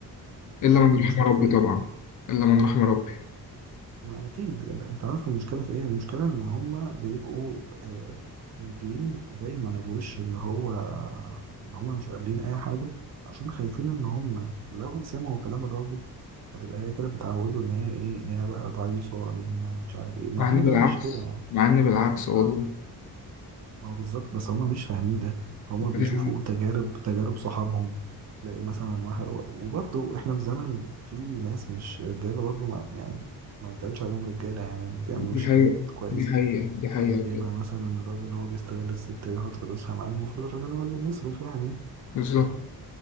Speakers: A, on the left; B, on the right.
A: إلا
B: عارف
A: من
B: المشكلة
A: رحم ربي
B: في إيه؟
A: طبعا إلا من رحم ربي
B: ما أكيد أنت عارف المشكلة في إيه؟ المشكلة إن هما بيبقوا آه، مدين دايما الوش اللي هو إن هما مش قابلين أي حاجة عشان خايفين إن هما لو سمعوا كلام الراجل هتبقى هي كده بتعودوا إن هي إيه إن هي بقى ضعيفة إن هي مش عارف إيه مع
A: مع إن
B: إن
A: بالعكس
B: ده مش كده يعني
A: مع إن بالعكس والله
B: آه ما هو بالظبط بس هما مش فاهمين ده هما بيشوفوا
A: دي حقيقة
B: تجارب تجارب صحابهم تلاقي مثلا واحد وبرضه احنا في زمن في ناس مش رجاله برضه ما يعني ما يتقالش عليهم رجاله يعني ما بيعملوش
A: دي حقيقة
B: حاجات كويس
A: دي حقيقة دي حقيقة
B: يعني
A: بجد.
B: بيبقى مثلا الراجل هو بيستغل الست بياخد فلوسها مع انه المفروض الراجل هو اللي بيصرف يعني
A: بالظبط
B: فاهم